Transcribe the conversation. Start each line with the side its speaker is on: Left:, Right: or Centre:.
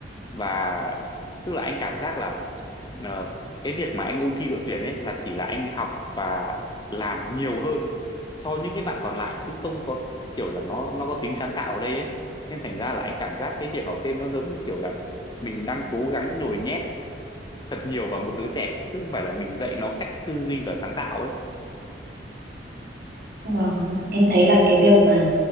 Left: và tức là anh cảm giác là ờ, cái việc mà anh ôn thi đội tuyển ấy là chỉ là anh học và làm nhiều hơn so những cái bạn còn lại chứ không có kiểu là nó nó có tính sáng tạo ở đây ấy nên thành ra là anh cảm giác cái việc học thêm nó giống như kiểu là mình đang cố gắng nhồi nhét thật nhiều vào một đứa trẻ chứ không phải là mình dạy nó cách tư duy và sáng tạo ấy
Right: Vâng, em thấy là cái việc mà